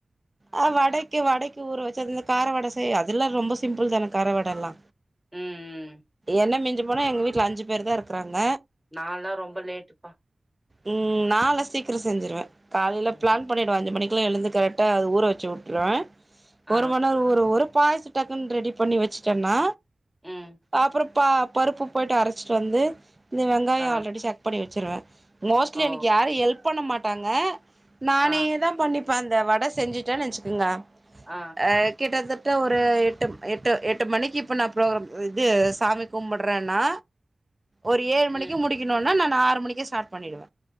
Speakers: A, on the right; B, in the centre.
A: ஆ வடைக்கு வடைக் ஊர வெச்சு அந்த கார வட செய் அதெல்லா ரொம்ப சிம்பிள் தான கார வட எல்லா
B: ம், ம்.
A: என்ன மிஞ்சிப் போனா எங்க வீட்ல அஞ்சு பேர் தா இருக்றாங்க
B: நா லா ரொம்ப லேட்டுப்பா
A: ம் நா லா சீக்கிரோ செஞ்சுருவ காலைல
B: ம்.
A: பிளான் பண்ணிடுவ அஞ்சு மணிக் குலா எழுந்து கரெக்டா அத ஊறவெச்சு வுட்ருவே
B: ஆ,
A: ஒரு மண் நேரோ ஊர ஊர பாயச டக்குன்னு ரெடி பண்ணி வெச்சுட்டன்னா
B: ம்.
A: அப்றோ பா பருப்பு போயிட்டு அரச்சுட்டு வந்து இந்த வெங்காயோ
B: ஆ,
A: ஆல்ரெடி செக் பண்ணி வெ ச்சுருவ மோஸ்லி
B: ஓ!
A: எனக்கு யாரோ எல்ப் பண்ண மாட் டாங்க நானே
B: ஆ,
A: தா பண்ணிப் ப அந்த வட செஞ்சிட்டனு வெச்சுக்குங்க
B: ஆ,
A: அ கிட்டதட் ட ஒரு எட்டு எட்டு எட்டு மணிக்கு இப்போ நா ப்ரோக்ராம் இது சாமி கும்புட்றேனா ஒரு ஏழு
B: ம்.
A: மணிக்கு முடிக்கணுனா நா நா ஆறு மணிக்கே ஸ்டாட் பண்ணிடுவ